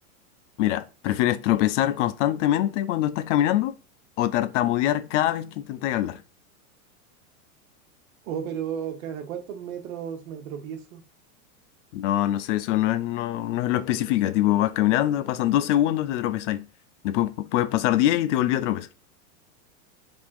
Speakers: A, on the left; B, on the right.
A: Mira, ¿prefieres tropezar constantemente cuando estás caminando o tartamudear cada vez que intentas hablar?
B: Oh, pero ¿cada cuántos metros me tropiezo?
A: No, no sé, eso no es, no, no es lo especifica. Tipo, vas caminando, pasan dos segundos, te tropezáis. Después pu- puedes pasar diez y te volví a tropezar.